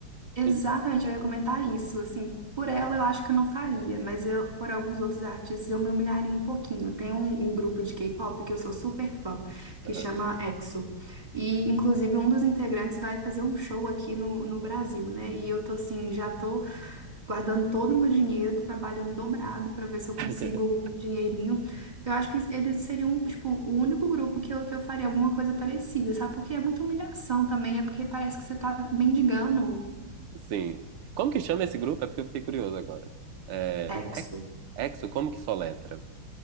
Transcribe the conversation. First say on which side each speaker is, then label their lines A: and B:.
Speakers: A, on the right; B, on the right.
A: Exatamente,
B: Tudo.
A: eu ia comentar isso. Assim, por ela eu acho que eu não faria, mas eu, por alguns outros artistas eu me humilharia um pouquinho. Tem um, um grupo de K-pop que eu sou super fã, que
B: Aham.
A: chama EXO. E, inclusive, um dos integrantes vai fazer um show aqui no, no Brasil, né? E eu tô assim, já tô guardando todo o meu dinheiro, tô trabalhando dobrado pra ver se eu consigo
B: <laughs>
A: um dinheirinho. Eu acho que eles seriam, tipo, o único grupo que eu, que eu faria alguma coisa parecida, sabe? Porque é muita humilhação também, é porque parece que você tá mendigando.
B: Sim. Como que chama esse grupo? É porque eu fiquei curioso agora. É,
A: EXO.
B: Ex- Exo, como que soletra?